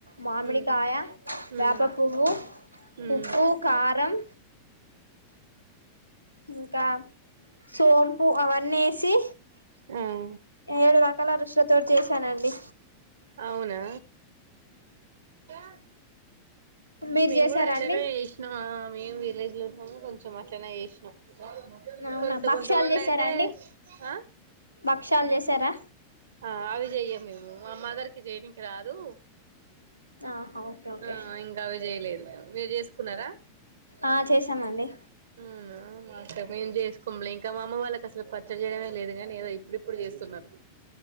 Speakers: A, on the right; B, on the right.
A: మామిడి
B: మ్మ్
A: కాయ వేప
B: మ్మ్
A: పువ్వు
B: ఉమ్
A: ఉప్పు కారం ఇంకా సోంపు అవన్నీ వేసి
B: ఉమ్
A: ఏడు క్కల రుచులతోటి చేశానండి
B: అవునా క <unintelligible>
A: మీరు
B: మేము
A: చేసారా
B: కూడా అట్లనే
A: అండి
B: చేసినం మేము విలేజ్ లోము కొంచెం అట్లానే చేసినాం
A: అవునా
B: కొంత
A: భక్షాలు
B: కొంతమంది
A: చేసారా
B: అయితే
A: అండి
B: ఆ
A: భక్షాలు చేసారా
B: ఆ అవి చెయ్యం మేము మా అమ్మ గీర్కి చెయనికి రాదు
A: ఆహా ఓకే ఓకే
B: ఆ ఇంకా అవి చేయలేదు మీరు చే చేసుకున్నారా
A: ఆ చేసామండి
B: అవునా మేం చేసుకోంలే మా అమ్మవాళ్లకు అసల అసలు పచ్చడి చేయడమే లేదు నీ ఏదో ఇప్పుడుప్పుడు చేస్తున్నారు